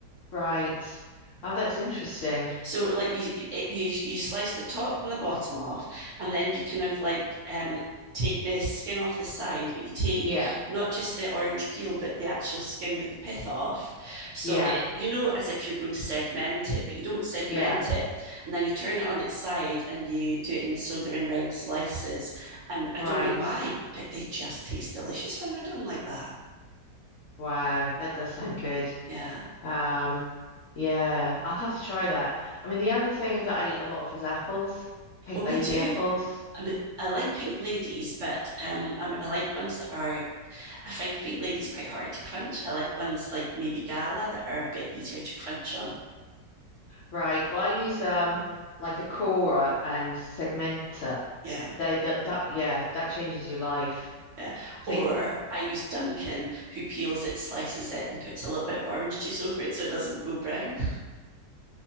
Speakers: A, on the left; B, on the right.
A: Right. Oh, that's interesting.
B: So like you it, you you slice the top and the bottom off, and then you kind of like um take the skin off the side, but you take
A: Yeah.
B: not just the orange peel, but the actual skin with the pith off. So
A: Yeah.
B: it you know as if you're going to segment it, but you don't segment
A: Yeah.
B: it, and then you turn it on its side and you do it in so they're in round slices. And I
A: Right.
B: don't know why, but they just taste delicious when they're done like that.
A: Wow. That does sound good.
B: Yeah.
A: Um, Yeah, I'll have to try that. I mean, the other thing that I eat a lot of is apples, pink
B: Oh, me
A: lady
B: too.
A: apples.
B: I, mean I like pink ladies, but um, I, I like ones that are I find pink ladies quite hard to crunch. I like ones like maybe Gala that are a bit easier to crunch on.
A: Right. Well, I use um like a corer and segmenter.
B: Yeah.
A: They that that yeah, that changes your life.
B: Yeah.
A: Take
B: Or I use Duncan, who peels it, slices it, and puts a little bit of orange juice over it so it doesn't go brown.